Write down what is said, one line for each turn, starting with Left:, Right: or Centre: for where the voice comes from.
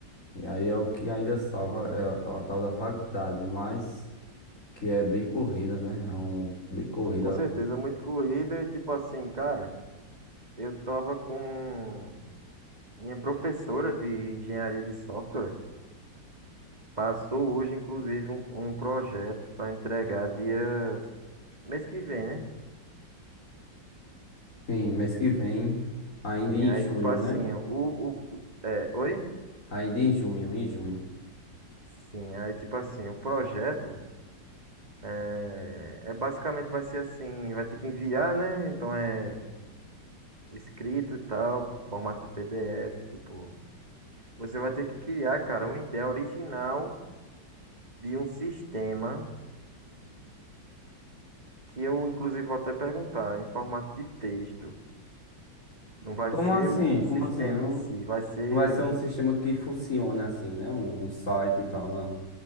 Left: E aí é o que ainda salva, é a, é a tal da faculdade, mas que é bem corrida, né? É um, bem corrida.
Right: Sim, com certeza. Muito corrida e, tipo assim, cara, eu tava com. Minha professora de engenharia de software passou hoje, inclusive, um, um projeto para entregar dia mês que vem, né?
Left: Sim, mês que vem, ainda
Right: Sim,
Left: em
Right: aí
Left: junho,
Right: tipo assim,
Left: né?
Right: o, o é, oi?
Left: Ainda em junho, em junho.
Right: Sim, aí tipo assim, o projeto é, é basicamente vai ser assim, vai ter que enviar, né? Então é escrito e tal, formato de PDF, tipo, você vai ter que criar, cara, uma ideia original de um sistema que eu inclusive vou até perguntar, em formato de texto. Não vai
Left: Como
Right: ser
Left: assim?
Right: o sistema
Left: Como assim? Não,
Right: em si, vai ser.
Left: não vai ser um sistema que funciona assim, né? Um, um site e tal, não.